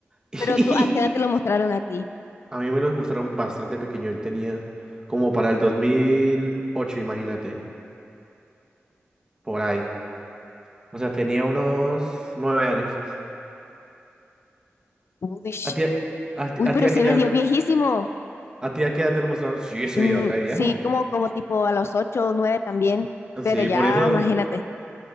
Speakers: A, on the right (about 15°); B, on the left (about 75°).
A: <laughs>
B: Pero tú, ¿a qué edad te lo mostraron a ti?
A: A mí me los mostraron bastante pequeño. Él tenía como para el dos mil ocho imagínate, por ahí. O sea, tenía unos nueve años.
B: Uy,
A: ¿A ti, a, ti,
B: uy,
A: a
B: pero
A: ti a
B: se
A: qué edad,
B: me dio viejísimo.
A: a ti a qué edad te lo mostraron? Sí, ese
B: Mm,
A: video re viejo.
B: sí, como, como tipo a los 8, o 9 también. Pero
A: Sí,
B: ya,
A: por eso,
B: imagínate,